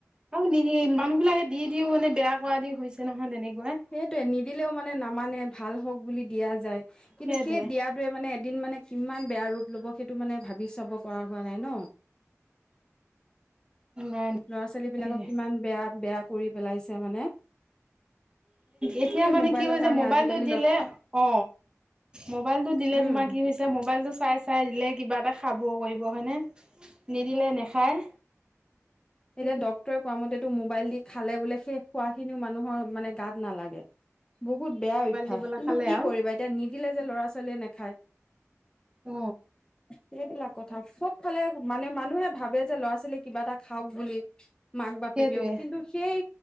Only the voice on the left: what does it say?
সেইটোয়ে নিদিলেও মানে নামানে ভাল হক বুলি দিয়া যায় কিন্তু
সেই দিয়টয়ে মানে এদিন মানে কিমান বেয়া ৰূপ ল'ব সেইটো মানে ভাবি চাব পৰা হোৱা নাই ন
ল'ৰা ছোৱালী
বিলাকক কিমান বেয়া বেয়া কৰি পেলাইছে মানে
সেই
মোবাইলৰ
কাৰণে
আজিকালি
ল
উম
এতিয়া ডক্তৰে কোৱা মতে মোবাইল দি খালে বোলে সেই খোৱা খিনিও মানুহৰ মানে গাত নালাগে বহুত বেয়া
অভ্যাস
কিন্তু
কি
কৰিবা এতিয়া নিদিলে যে ল'ৰা ছোৱালীয়ে নাখায়
সেইবিলাক কথা সব ফালে মানে মানুহে ভাবে যে ল'ৰা ছোৱালী কিবা এটা খাওক বুলি মাক বাপেকেও
কিন্তু সেই